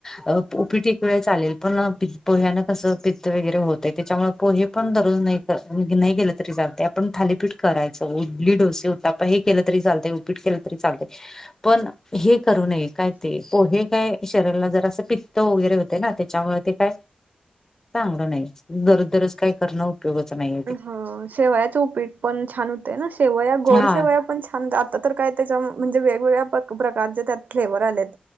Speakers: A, on the left; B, on the right.
A: अ उपीट एक वेळ चालेल. पण पोह्यानं कसं पित्त वगैरे होतं त्याच्यामुळे पोहे पण दररोज नाही नाही केलं तरी चालते. पण थालीपीठ करायचं उडली डोसे होता पण हे केलं तरी चालत उपीठ केलं तरी चालत. पण हे करू नये काय ते पोहे काय शरीराला जर असं पित्त वगैरे होते ना त्याच्यावर ते काय चांगलं नाही दररोज दररोज काय करणं. <unintelligible> नाही.
B: ह शेवयाचं उपीट पण छान होतेय ना, शेवया गोड
A: हा
B: शेवया पण छान आता तर काय त्याच्या म्हणजे वेगवेगळ्या प्रकारचे त्यात फ्लेवर आलेत.